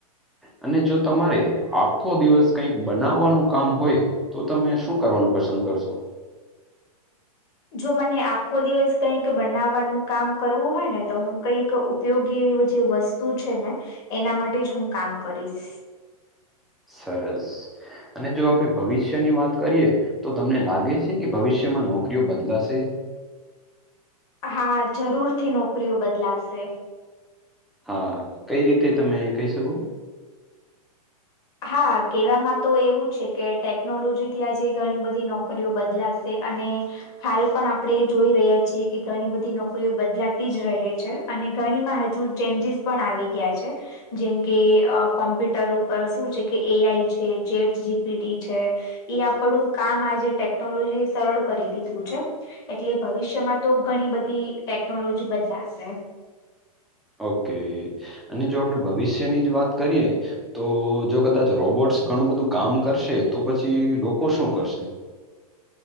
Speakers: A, in the centre; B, on the left.
A: અને જો તમારે આખો દિવસ કઈક બનાવવાનું કામ હોય. તો તમે શું કરવાનું પસંદ કરશો?
B: જો મને આખો દિવસ કઈક બનાવવાનું કામ કરવું હોય ને તો હું કઈક? ઉપયોગી એવી એવી જે વસ્તુ છે ને એના માટે જ હું કામ કરીશ.
A: સરસ અને જો આપણે ભવિષ્યની વાત કરીએ. તો તમને લાગે છે કે ભવિષ્યમાં નોકરીઓ બદલાશે.
B: હા જરૂરથી નોકરીઓ બદલાશે.
A: હા કઈ રીતે તમે કહી શકો?
B: હા કહેવામાં તો એવું છે કે ટેકનોલોજી ત્યાં જે ઘણી બધી નોકરીઓ બદલાશે અને હાલ પણ આપણેે જોઈ રહ્યા છીએ કે ઘણી બધી નોકરી નોકરીઓ બદલાતી જ રહે છે અને ઘણીમાં હજુ ચેન્જીસ પણ આવી ગયા છે. જેમ કે કોમ્પ્યુટર ઉપર શું છે કે એ આઈ છે ચેટ જીપીટી છે. એ આપણું કામ આજે ટેકનોલોજી એ સરળ કરી દીધું છે. એટલે ભવિષ્યમાં તો ઘણી બધી ટેકનોલોજી બદલાશે.
A: ઓકે અને જો આપણે ભવિષ્યની જ વાત કરીએ. તો જો કદાચ રોબોટ્સ ઘણું બધું કામ કરશે તો પછી લોકો શું કરશે?